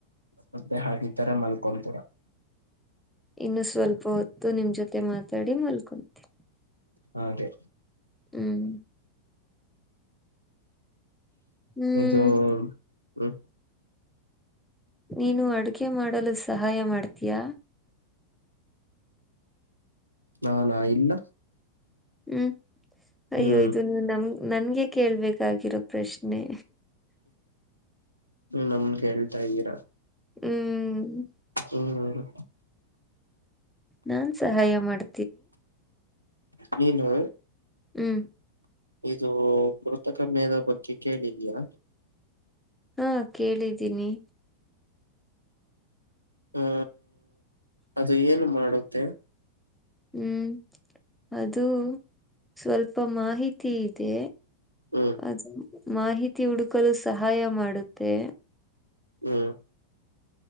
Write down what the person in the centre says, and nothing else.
ಇನ್ನು ಸ್ವಲ್ಪ ಹೊತ್ತು ನಿಮ್ ಜೊತೆ ಮಾತಾಡಿ ಮಲ್ಕೊಂತೀ
ಹ್ಮ್ ಹ್ಮ್
ನೀನು ಅಡುಗೆ ಮಾಡಲು ಸಹಾಯ ಮಾಡ್ತೀಯಾ
ಹ್ಮ್ ಅಯ್ಯೋ
ಇದು ನೀ ನಮ ನನ್ಗೆ ಕೇಳ್ಬೇಕಾಗಿರೋ ಪ್ರಶ್ನೆ
ಹ್ಮ್
ನಾನ್ ಸಹಾಯ ಮಾಡ್
ಹ್ಮ್
ಹಾ ಕೇಳಿದ್ದೀನಿ
ಹ್ಮ್ ಅದು ಸ್ವಲ್ಪ ಮಾಹಿತಿ ಇದೆ
ಅ ಮಾಹಿತಿ ಹುಡುಕಲು ಸಹಾಯ ಮಾಡುತ್ತೆ